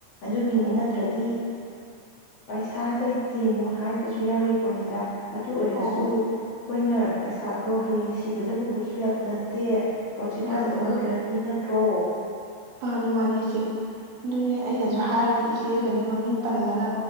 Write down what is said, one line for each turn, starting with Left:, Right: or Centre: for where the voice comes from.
Left: ꯑꯗꯨꯒꯤꯅꯤ
Right: ꯑꯣ
Left: ꯅꯠꯇ꯭ꯔꯗꯤ꯫ ꯄꯩꯁꯥ ꯂꯩꯇꯦ ꯑꯃꯨꯛ ꯍꯥꯏꯕꯁꯨ ꯌꯥꯎꯔꯤ ꯄꯣꯠꯅꯤꯗ꯫ ꯑꯗꯨ ꯑꯣꯏꯔꯁꯨ
Right: ꯑꯧ
Left: ꯑꯩꯈꯣꯏꯅ ꯄꯩꯁꯥꯗꯣ ꯍꯌꯦꯡ ꯁꯤꯕꯗ ꯄꯨꯕꯁꯨ ꯌꯥꯕ ꯅꯠꯇꯦ ꯍꯧꯖꯤꯛ
Right: ꯃꯥꯅꯦ
Left: ꯈꯔ ꯆꯠꯍꯧꯗ꯭ꯔꯗꯤ
Right: ꯃꯥꯅꯦ
Left: ꯅꯠꯇ꯭ꯔꯣ
Right: ꯃꯥꯅꯦ ꯃꯥꯅꯦ ꯏꯆꯦ ꯑꯗꯨꯅꯦ ꯑꯩꯅꯁꯨ ꯍꯥꯏꯔꯅꯦ ꯏꯆꯦꯒꯅꯦ ꯃꯃꯤꯡ ꯄꯜꯂꯒ